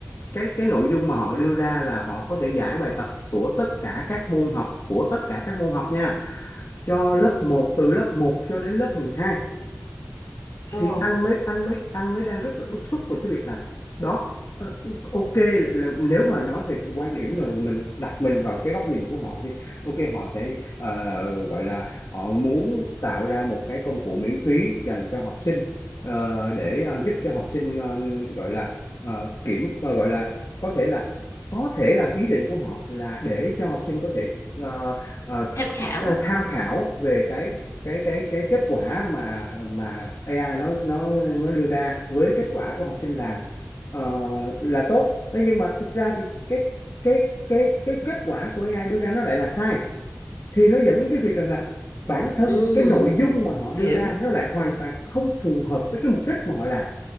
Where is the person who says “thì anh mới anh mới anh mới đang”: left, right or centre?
Left